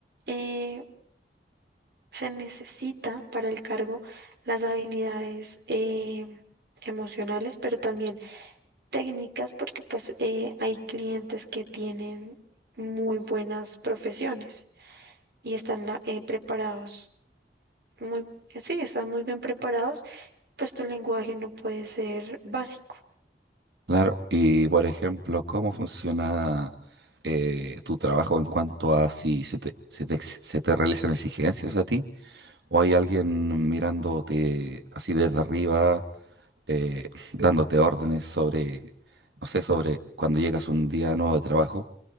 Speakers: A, on the right; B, on the right.
A: eh, se necesita para el cargo las habilidades eh, emocionales, pero también técnicas, porque pues eh, hay clientes que tienen muy buenas profesiones y están la- eh, preparados muy, sí, están muy bien preparados, pues tu lenguaje no puede ser básico.
B: claro. Y por ejemplo, ¿cómo funciona eh, tu trabajo en cuanto a si se te, se te, ex- se te realizan exigencias a ti? ¿O hay alguien mirándote así desde arriba, eh, <laughs> dándote órdenes sobre, no sé, sobre cuando llegas un día nuevo de trabajo?